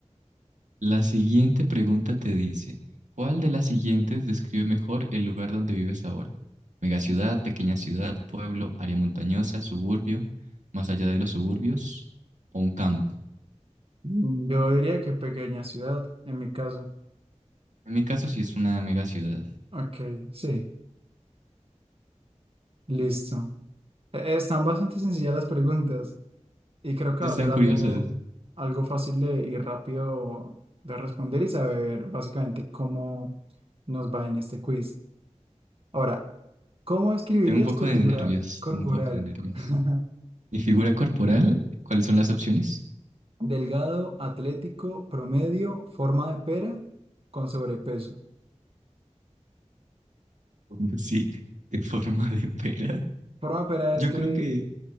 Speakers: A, on the right (about 80°); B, on the right (about 50°).
A: La siguiente pregunta te dice, ¿cuál de las siguientes describe mejor el lugar donde vives ahora? Megaciudad, pequeña ciudad, pueblo, área montañosa, suburbio, más allá de los suburbios o un campo.
B: Mm, Yo diría que pequeña ciudad, en mi caso.
A: En mi caso sí es una megaciudad.
B: Ok, sí, listo. E- Están bastante sencillas las preguntas y creo que
A: Están
B: va a ser
A: curiosas.
B: algo, algo fácil de, y rápido de responder y saber básicamente cómo nos va en este quiz. Ahora, ¿cómo escribirías
A: Tengo un poco
B: tu
A: de
B: figura
A: nervios,
B: corporal?
A: tengo un poco de nervios.
B: <laughs>
A: Mi figura corporal, ¿cuáles son las opciones?
B: Delgado, atlético, promedio, forma de pera, con sobrepeso.
A: <laughs> Como Sí, de forma de pera.
B: Forma de pera
A: Yo
B: es
A: creo
B: que
A: que